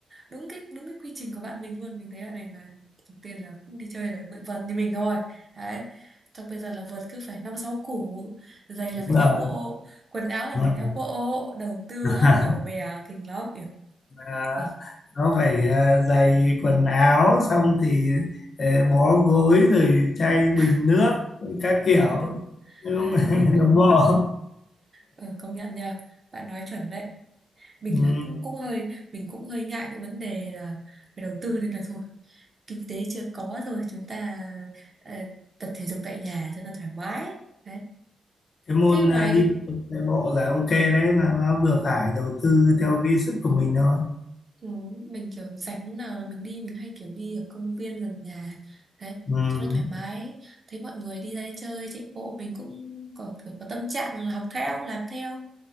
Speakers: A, on the right; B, on the left.
A: đúng cái đúng cái quy trình của bạn mình luôn mình thấy bạn này là đầu tiên là cũng đi chơi là mượn vợt như mình thôi đấy xong bây giờ là vợt cứ phải năm sáu củ giày là
B: đúng
A: phải
B: rồi
A: theo bộ quần áo là
B: Đúng
A: phải theo
B: rồi.
A: bộ đầu tư
B: <laughs>
A: lắm màu mè kinh lắm
B: à,
A: Ừ.
B: nó phải à, giày quần áo xong thì ờ, bó gối rồi chai bình
A: ờ,
B: nước các kiểu
A: ờ, đúng
B: Nói chung
A: ờ,
B: là
A: đúng
B: <laughs>
A: đúng đúng
B: đồng bộ
A: ờ, công nhận nha bạn nói chuẩn đấy mình
B: ừ.
A: là cũng cũng hơi mình cũng hơi ngại cái vấn đề là về đầu tư nên là thôi kinh tế chưa có thôi chúng ta ờ, tập thể dục tại nhà cho nó thoải mái đấy
B: cái môn
A: thế ngoài
B: à, đi bộ, chạy bộ là ok đấy là nó vừa phải đầu tư theo cái sức của mình thôi
A: ừ, mình kiểu rảnh lúc nào là mình đi mình hay kiểu đi ở công viên gần nhà đấy
B: ừ,
A: cho nó thoải mái thấy mọi người đi ra đi chơi chạy bộ mình cũng có, có, có tâm trạng là học theo làm theo